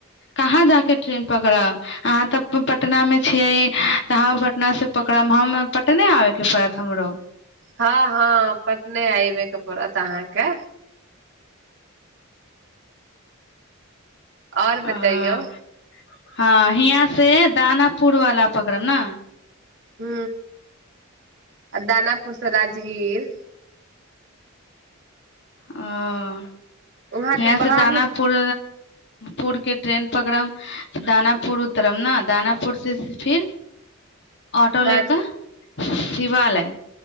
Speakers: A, on the left; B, on the right.
A: कहाँ जााके ट्रेन पकड़ब हह त पटना मे छियै तऽ पटना से पकड़ब हम पटने आबे के पड़त हमरो
B: हँ हँ पटने आइ े के पड़त अहाँके आओर बतैयौ
A: ओ हँ हिियाँ से दानाापुर वालला पकड़ब ने
B: हू आ दानाापुरसँ राजगीर
A: ह
B: वहाँ
A: हि
B: के ब्रह्म
A: से दाना पुर पुरके ट्रेन पकड़ब दानापुर उतरब ने दानापुर से फिर ऑटो
B: राज
A: ले कऽ शिवालय